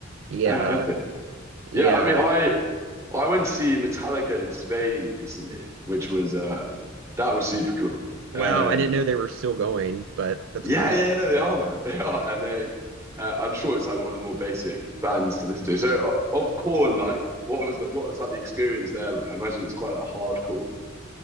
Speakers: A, on the right; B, on the right.
A: Yeah,
B: Oh, epic.
A: yeah.
B: Yeah, I mean I I went to see Metallica in Spain recently, which was uh that was super cool.
A: Wow,
B: Um
A: I didn't know they were still going, but that's
B: Yeah,
A: great.
B: yeah, no, they are, man. <laughs> They are, and they. Uh, I'm sure it's like one of the more basic bands to listen to. So, o- of Corn, like, what was the, what was like the experience there like? I imagine it's quite like hardcore,